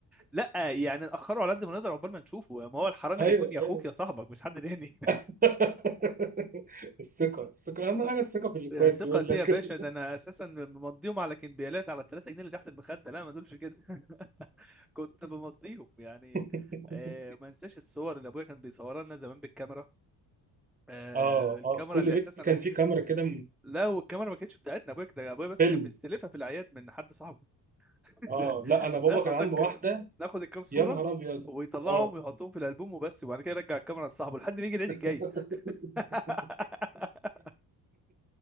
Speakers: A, in the centre; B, on the right (about 20°).
A: لا يعني ناخره على قد ما نقدر عقبال ما نشوفه ما هو الحرامي
B: ايوه
A: هيكون يا
B: ايوه
A: اخوك يا صاحبك مش حد تاني
B: <laughs> الثقه الثقه اهم حاجه الثقه في الاخوات
A: ثقتي
B: بيقول لك
A: يا باشا ده انا اساسا بمضيهم على كمبيالات على 3 جنيه اللي تحت المخده لا ما تقولش كده <laughs> كنت بمضيهم يعني
B: <laughs>
A: آه ما انساش الصور اللي ابويا كان بيصورها لنا زمان بالكاميرا آه
B: اه
A: الكاميرا
B: اه كل
A: اللي
B: بيت
A: اساسا
B: كان فيه كاميرا كده من
A: لو الكاميرا ما كانتش بتاعتنا ابويا ده ابويا بس
B: فيلم
A: كان بيستلفها في الاعياد من حد صاحبه <laughs>
B: اه لا انا بابا
A: ناخد
B: كان عنده
A: دك...
B: واحده
A: ناخد الكام صوره
B: يا نهار ابيض
A: ويطلعهم
B: اه
A: ويحطهم في الالبوم وبس وبعد كده يرجع الكاميرا لصاحبه لحد ما يجي العيد
B: <laughs>
A: الجاي <laughs>